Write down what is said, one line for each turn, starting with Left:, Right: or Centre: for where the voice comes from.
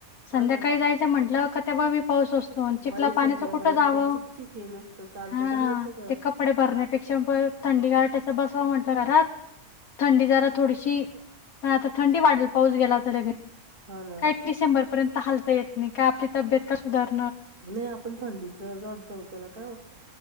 Left: संध्याकाळी
Right: हा ना
Left: जायचं म्हटलं का तेव्हा बी पाऊस असतो, आणि चिखला
Right: बाई
Left: पाण्याचं
Right: संध्याकाळी
Left: कुठं
Right: इकडे
Left: जावं.
Right: चिकचिक आहे नुसतं चालतं
Left: हा
Right: तर येतं का
Left: ते कपडे भरण्यापेक्षा बरं थंडी गारट्याच बसवा म्हण त घरात थंडी जरा थोडीशी पण आता थंडी वाढल पाऊस गेला तर लगेच.
Right: हा ना
Left: काय डिसेंबर पर्यंत हालता येत नाई, काय आपली तब्येत का सुधार
Right: नाई आपण थंडीच जात जाऊ त्याला काय होतं.